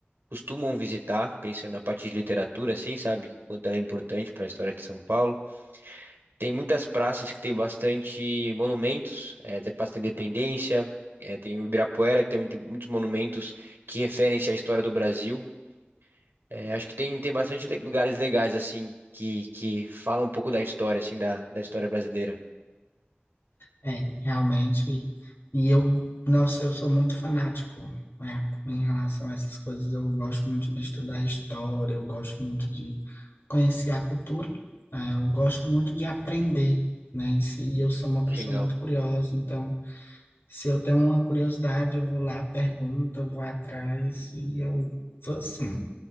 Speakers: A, on the right; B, on the left.
A: costumam visitar, pensando na parte de literatura assim, sabe? Quanto ela é importante para a história de São Paulo. Tem muitas praças que tem bastante monumentos, é, tem a Praça da Independência, é, tem o Ibirapuera, que tem muito- muitos monumentos que referem-se à história do Brasil. É, acho que tem, tem bastante le- lugares legais, assim, que, que falam um pouco da história, assim, da, da história brasileira.
B: É, realmente. E eu, nossa, eu sou muito fanático, né, em relação a essas coisas. Eu gosto muito de estudar história, eu gosto muito de conhecer a cultura, né, eu gosto muito de aprender, né, em si. E Eu sou uma pessoa
A: Legal.
B: muito curiosa, então, se eu tenho uma curiosidade, eu vou lá, pergunto, eu vou atrás, e eu sou assim.